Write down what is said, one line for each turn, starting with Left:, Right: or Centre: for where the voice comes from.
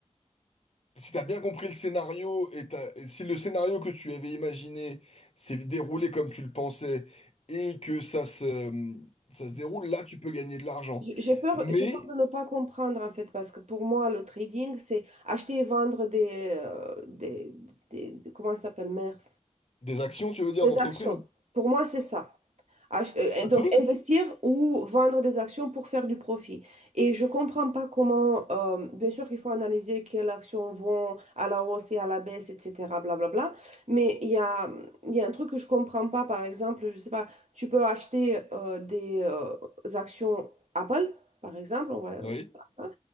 Left: Si t'as bien compris le scénario et, t'as- et si le scénario que tu avais imaginé s'est déroulé comme tu le pensais et que ça se, ça se déroule, là tu peux gagner de l'argent.
Right: Je- J'ai peur,
Left: Mais
Right: j'ai peur de ne pas comprendre en fait, parce que pour moi, le trading, c'est acheter et vendre des, euh, des, des- des- comment ça s'appelle, mers,
Left: des actions, tu veux dire,
Right: des
Left: d'entreprise,
Right: actions. Pour moi, c'est ça. Ach- euh,
Left: ça
Right: donc,
Left: peut?
Right: investir ou vendre des actions pour faire du profit. Et je ne comprends pas comment, euh, bien sûr qu'il faut analyser quelles actions vont à la hausse et à la baisse, etc., blablabla. Mais il y a, il y a un truc que je ne comprends pas, par exemple, je ne sais pas, tu peux acheter euh, des euh, actions Apple, par exemple, on va,
Left: Oui,
Right: hein,